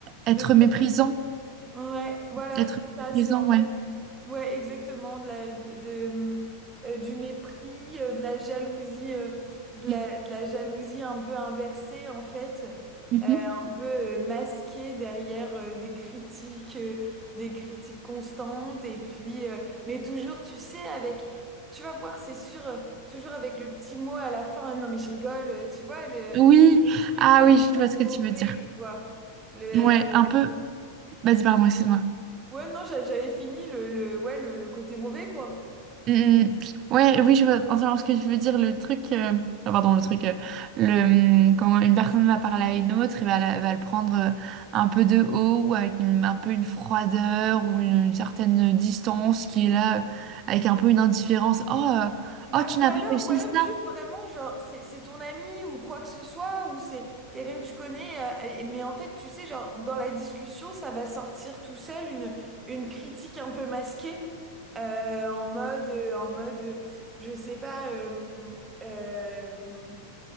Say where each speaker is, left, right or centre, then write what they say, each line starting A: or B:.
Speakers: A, on the right; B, on the right.
A: Être
B: De...
A: méprisant.
B: Ouais, voilà,
A: Être
B: c'est ça,
A: méprisant,
B: c'est en
A: ouais.
B: mode. Ouais, exactement, de la, de, euh, euh, du mépris, euh, de la jalousie, euh, de
A: Ouais.
B: la, de la jalousie un peu inversée en fait,
A: Mhm.
B: euh, un peu euh, masquée derrière euh, des critiques, euh, des critiques constantes et puis, euh, mais toujours, tu sais, avec, tu vas voir, c'est sûr, euh, toujours avec le petit mot à la fin, non mais je rigole, euh, tu vois le,
A: Oui,
B: le truc
A: ah
B: un
A: oui, je vois
B: peu
A: ce que
B: mauvais
A: tu veux dire.
B: quoi, le,
A: Ouais,
B: euh,
A: un peu. Vas-y, pardon, excuse-moi.
B: ouais non j'a- j'avais fini le, le, ouais le le côté mauvais quoi.
A: Mhm. Ouais, oui, je vois entendre ce que je veux dire. Le truc, euh, enfin, pardon, le truc, euh, le, hum, quand une personne va parler à une autre, et va, la- va le prendre euh, un peu de haut, ou avec une- un peu une froideur, ou une, une certaine distance qui est là, euh, avec un peu une indifférence. Oh, euh,
B: Bah,
A: oh, tu n'as
B: ou alors,
A: pas réussi
B: ou alors
A: ça.
B: juste vraiment, genre, c'est, c'est ton ami ou quoi que ce soit, ou c'est quelqu'un que tu connais, euh, et- mais en fait, tu sais, genre, dans la discussion, ça va sortir tout seul une, une critique un peu masquée, euh, en mode, euh, en mode, euh, je sais pas, euh, euh,